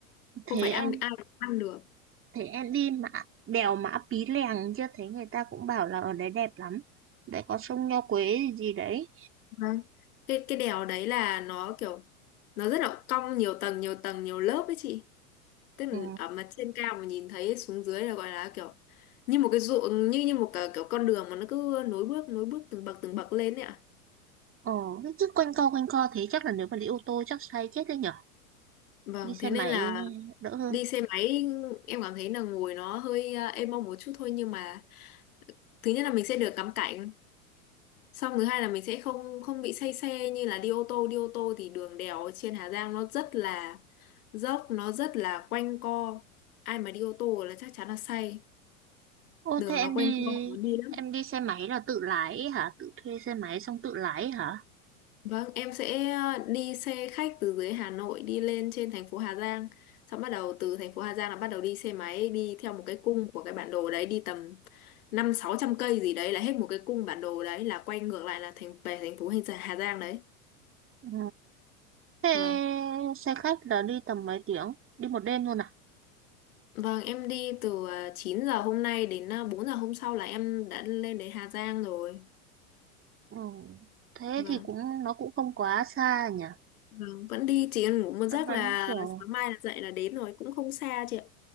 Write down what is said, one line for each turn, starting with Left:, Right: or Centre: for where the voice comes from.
Right: thế
Left: không phải ăn
Right: em
Left: ai cũng ăn được
Right: thế em đi mà đèo Mã Pí Lèng chưa thấy người ta cũng bảo là ở đấy đẹp lắm đấy có sông Nho Quế gì, gì đấy
Left: Vâng. cái cái đèo đấy là nó kiểu nó rất là cong nhiều tầng nhiều tầng nhiều lớp ấy chị tức là
Right: ừ.
Left: ở mặt trên cao mà nhìn thấy xuống dưới là gọi là kiểu như một cái ruộng như như một cái, kiểu con đường mà nó cứ nối bước nối bước từng bậc từng bậc lên ấy ạ
Right: ờ chứ quanh co quanh co thế chắc là nếu mà đi ô tô chắc say chết đấy nhở
Left: Vâng,
Right: đi xe
Left: thế
Right: máy
Left: nên là
Right: đỡ hơn
Left: đi xe máy em cảm thấy là ngồi nó hơi à, êm mông một chút thôi nhưng mà thứ nhất là mình sẽ được ngắm cảnh, xong thứ hai là mình sẽ không không bị say xe như là đi ô tô, đi ô tô thì đường đèo trên Hà Giang nó rất là dốc, nó rất là quanh co. Ai mà đi ô tô là chắc chắn là say,
Right: ô
Left: đường
Right: thế em
Left: nó quanh
Right: đi
Left: co khó đi lắm.
Right: em đi xe máy là tự lái ấy hả tự thuê xe máy xong tự lái ấy hả
Left: Vâng, em sẽ ờ, đi xe khách từ dưới Hà Nội đi lên trên thành phố Hà Giang. Xong bắt đầu từ thành phố Hà Giang là bắt đầu đi xe máy đi theo một cái cung của cái bản đồ đấy đi tầm năm sáu trăm cây gì đấy là hết một cái cung bản đồ đấy là quay ngược lại là thành về thành phố Hình Hà Giang đấy.
Right: ừ. thế
Left: Vâng.
Right: xe khách là đi tầm mấy tiếng đi một đêm luôn à
Left: Vâng, em đi từ ờ, 9 giờ hôm nay đến ờ, 4 giờ hôm sau là em đã lên đến Hà Giang rồi.
Right: ừ. thế
Left: Vâng.
Right: thì cũng nó cũng không quá xa nhỉ
Left: Vâng, vẫn đi chỉ cần ngủ một giấc
Right: vẫn vẫn
Left: là
Right: kiểu
Left: sáng mai là dậy là đến rồi cũng không xa chị ạ.